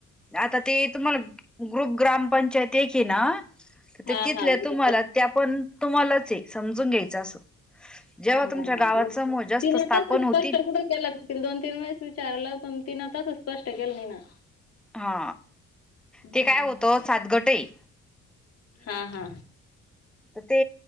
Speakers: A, in the centre; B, on the left (about 55°).
A: आता ती तुम्हाला ग्रुप ग्रामपंचायत एक ए ना तर
B: हां,
A: ते तिथल्या
B: हां. ग्रुपला
A: तुम्हाला त्या पण तुम्हालाच ए समजून घ्यायचं असं जेव्हा
B: हां,
A: तुमच्या
B: हां.
A: गावात
B: मग
A: समुह जास्त
B: तिनं
A: स्थापन
B: तसं स्पष्ट
A: होतील
B: कुठं केलं ती दोन तीन वेळेस विचारलं पण तिनं तसं स्पष्ट केलं नाही ना.
A: हा
B: हं.
A: ते काय होतं सात गट ए
B: हा हा
A: तर ते